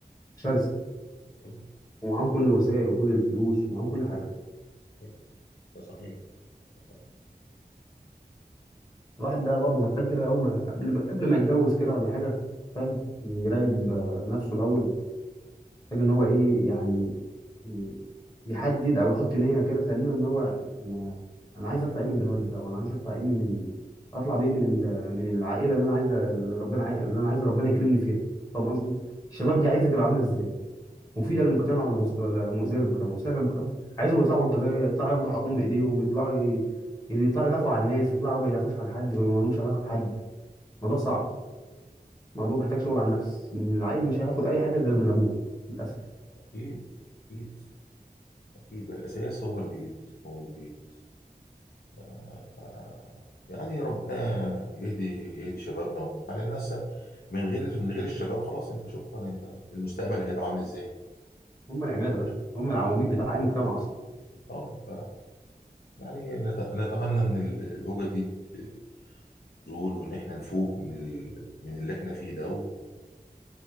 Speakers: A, on the left (about 20°); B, on the left (about 80°).
A: شرسه
B: تمام؟
A: ومعاهم كل الوسائل وكل الفلوس ومعاهم كل حاجه
B: أيوة، ده صحيح ده صحيح
A: الواحد ده برضه محتاج كده اول ما قبل قبل ما يتجوز كده ولا حاجه فاهم يراقب آه، نفسه الاول محتاج ان هو ايه يعني ي- يحدد او يحط نيه كده سليمه ان هو انا انا عايز اطلع ايه من الجواز ده وانا عايز اطلع ايه من ال... اطلع بايه من ال... من العائله اللي انا عايزه اللي ربنا عاي... اللي انا عايز ربنا يكرمني فيها فاهم قصدي الشباب دي عايزه تبقى عامله ازاي مفيده للمجتمع ولا مس... ولا مؤذيه للمجتمع مصلحه للمجتمع عايزهم يطلعوا بلطجيه يطلعوا ياخدوا حقهم بايديهم يطلعوا ي... يطلعوا يدافعوا عن الناس يطلعوا ما يدافعوش عن حد ما لهمش علاقه بحد الموضوع صعب الموضوع محتاج شغل على النفس العيل مش هياخد اي حاجه غير من ابوه للاسف
B: فأكيد أكيد أكيد الأساس هو البيت هو البيت ف... ف... يعني ربنا يهدي يهدي شبابنا وبتاع على الناس من غير من غير الشباب خلاص أنت شكرا أنت المستقبل هيبقى عامل إزاي؟
A: هم العماده
B: ف...
A: يا باشا هم العواميد بتاع اي مجتمع
B: اه ف يعني نت- نتمنى ان ال- الهوجه دي ت- تزول وان احنا نفوق من ال... من اللي احنا فيه ده